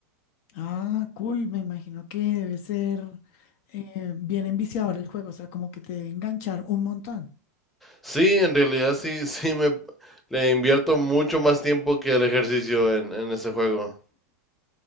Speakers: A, on the left; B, in the centre.
A: Ah, cool. Me imagino que debe ser eh, bien enviciador el juego, o sea, como que te debe enganchar un montón.
B: Sí, en realidad sí, sí me le invierto mucho más tiempo que el ejercicio en, en ese juego.